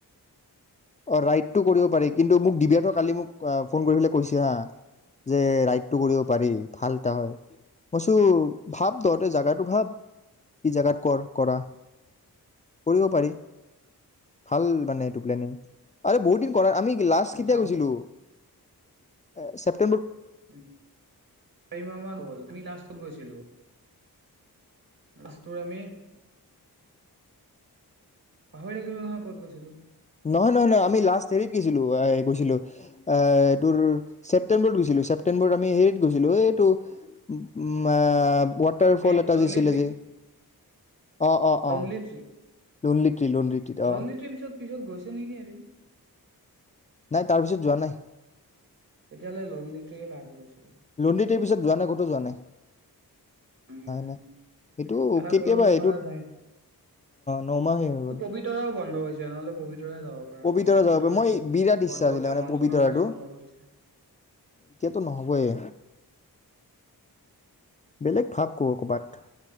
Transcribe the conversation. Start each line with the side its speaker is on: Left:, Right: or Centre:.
Left: অ ৰাইডটো কৰিব পাৰি কিন্তু মোক দিব্যাতো কালি মোক ফোন কৰি পেলাই কৈছে হা যে ৰাইডটো কৰিব পাৰি ভাল এটা হয় মই কইছো ভাব তহঁতে জাগাটো ভাব কি জাগাত কৰ কৰা কৰিব পাৰি ভাল মানে এইটো প্লেনিং আৰু বহুত দিন কৰাৰ আমি লাষ্ট
Right: মিছা
Left: কেতিয়া গৈছিলো?
Right: ক
Left: এ <unintelligible>
Right: চাৰি মাহ‌ মান হল আমি লাষ্ট ক'ত গৈছিলোঁ? লাষ্টোৰ আমি পাহৰি থাকিলোঁ নহয় ক'ত গৈছিলোঁ।
Left: নহয় নহয় নহয় আমি লাষ্ট হেৰিত গৈছিলো, এ গৈছিলোঁ এ-এইটোৰ ছেপ্টেম্বৰত গৈছিলোঁ ছেপ্টেম্বৰত আমি হেৰিত গৈছিলোঁ এইটো উম এএএ ৱাটাৰ ফল
Right: এই
Left: এটা
Right: লনলি
Left: আছিলে
Right: ট্ৰি
Left: যি অ অ
Right: লনলি
Left: অ
Right: ট্ৰি
Left: <unintelligible> তি লণ্ডীতিত
Right: লনলি
Left: অ
Right: ট্ৰিৰ পিছত পিছত গৈছো নেকি এদিন
Left: নাই তাৰ পিছত যোৱা নাই
Right: তেতিয়া হ'লে লণ্ডীতেয়ে লাস্ট গৈছিলো
Left: লনলি ট্ৰিৰ পিছত যোৱা নাই <inaudible> নাই
Right: উম
Left: নাই এইটো
Right: এটা
Left: কেতিয়াবা
Right: কৰিব
Left: এইটোত
Right: পৰা যায়
Left: নমাহে হৈ
Right: ত
Left: গ'ল
Right: পবিতৰাও বন্ধ হৈছে নহ'লে পবিতৰা যাব পৰা
Left: পবিতৰা
Right: গ'লে
Left: যাব প মই
Right: এটা
Left: বিৰাট ইচ্ছা
Right: বন্ধ
Left: আছিলে
Right: হৈছে
Left: মানে
Right: মনচুনৰ
Left: পবিতৰাটো।
Right: কাৰণে বন্ধ কৰিছে
Left: এতিয়াতো নহবয়ে বেলেগ ভাৱ ক ক'ৰবাত